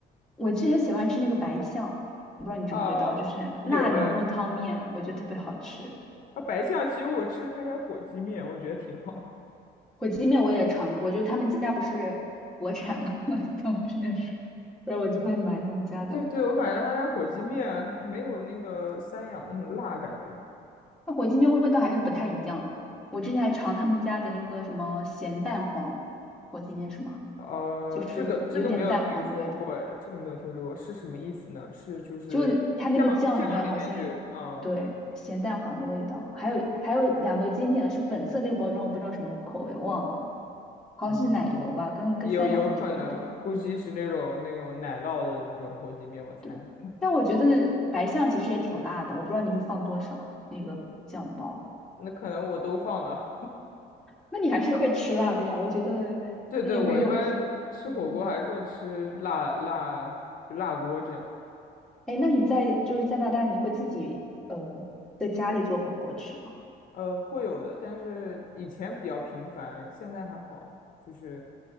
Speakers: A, in the centre; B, on the left.
A: 我之前喜欢吃那个白象，我不知道你知不知道，
B: 啊，
A: 就是辣牛肉汤面，
B: 有哎，
A: 我觉得特别好吃。
B: 啊白象其实我吃他家火鸡面，我觉得挺好。
A: 火鸡面我也尝过，就他们家不是国产嘛，<laughs> 当时那说，候，然后我就会买他们家的。
B: <laughs> 对对，我感觉他家火鸡面没有那个三养那么辣，感觉。
A: 它火鸡面味道还是不太一样啊。我之前还尝他们家的那个什么咸蛋黄火鸡面，是吗？
B: 呃，
A: 就是有点蛋黄的味道，
B: 这个这个没有听说过，哎，这个没有听说过，是什么意思呢？是就是酱酱里面就有，
A: 就是它那个酱里面好像对咸蛋黄的味道，
B: 嗯
A: 还有还有两个经典的是粉色那个包装，我不知道什么口味忘了，好像是奶油吧，
B: 嗯，
A: 跟跟三养的差不多。
B: 有有可能，估计是那种那种奶酪的那种火鸡面，我猜。
A: 对，
B: <laughs>
A: 但我觉得白象其实也挺辣的，我不知道你就放多少那个酱包，
B: 那可能我都放了。
A: 那你还是会吃辣的呀？我觉得它也没有，
B: <laughs> 对对，我一般吃火锅还是会吃辣辣就辣锅这样，
A: 嗯。哎，那你在就是加拿大，你会自己呃在家里做火锅吃吗？
B: 呃，会有的，但是以前比较频繁，现在还好，就是